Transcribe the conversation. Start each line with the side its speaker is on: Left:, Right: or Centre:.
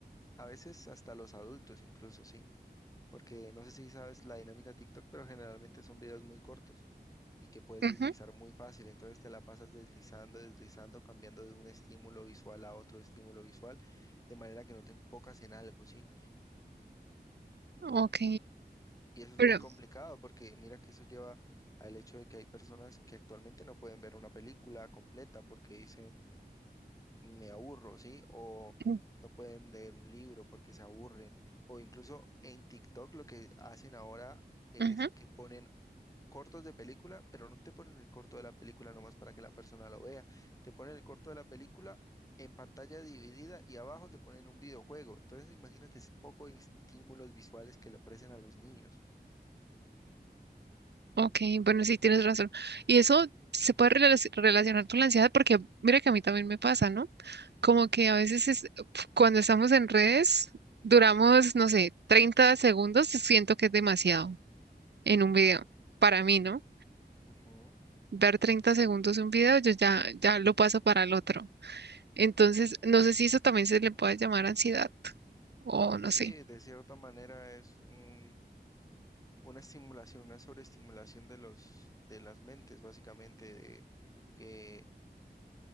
Left: a veces hasta los adultos incluso, ¿sí? Porque no sé si sabes la dinámica de TikTok, pero generalmente son videos muy cortos y que puedes
Right: Ujú,
Left: deslizar muy fácil, entonces te la pasas deslizando, deslizando, cambiando de un estímulo visual a otro estímulo visual, de manera que no te enfocas en algo, ¿sí?
Right: Ok,
Left: Y eso es
Right: pero
Left: muy complicado porque mira que eso lleva al hecho de que hay personas que actualmente no pueden ver una película completa porque dicen me aburro, ¿sí? O
Right: mm,
Left: no pueden leer un libro porque se aburren. O incluso en TikTok lo que hacen ahora es
Right: Ujú,
Left: que ponen cortos de película, pero no te ponen el corto de la película nomás para que la persona lo vea. Te ponen el corto de la película en pantalla dividida y abajo te ponen un videojuego. Entonces imagínate ese poco de estímulos visuales que le ofrecen a los niños.
Right: Ok, bueno, sí, tienes razón. Y eso se puede relac- relacionar con la ansiedad porque mira que a mí también me pasa, ¿no? Como que a veces es, cuando estamos en redes duramos, no sé, 30 segundos, siento que es demasiado en un video. Para mí, ¿no?
Left: Ujú.
Right: Ver 30 segundos un video, yo ya, ya lo paso para el otro. Entonces, no sé si eso también se le puede llamar ansiedad o no
Left: Sí,
Right: sé.
Left: de cierta manera es un, una estimulación, una sobreestimulación de los, de las mentes, básicamente, de que